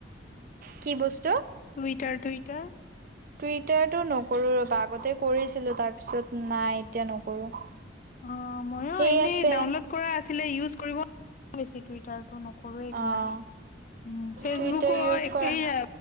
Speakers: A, on the right; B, on the left.
A: কি বস্তু?
B: Twitter Twitter.
A: টুইটাৰটো নকৰোঁ ৰ'বা আগতে কৰিছিলো তাৰপিছত নাই এতিয়া নকৰোঁ।
B: অ ময়ো
A: সেই
B: এনেই
A: আছে
B: ডাউনলোড কৰা আছিলে ইউজ কৰিব বেছি টুইটাৰ। টো নকৰো এই
A: অ'
B: কাৰণ। উম ফেচবুকো
A: টুইটাৰ ইউজ কৰা
B: এইয়া